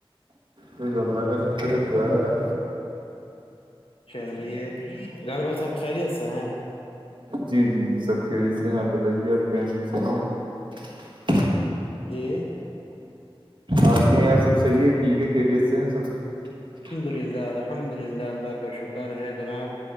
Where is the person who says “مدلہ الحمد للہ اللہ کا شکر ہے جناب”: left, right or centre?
Left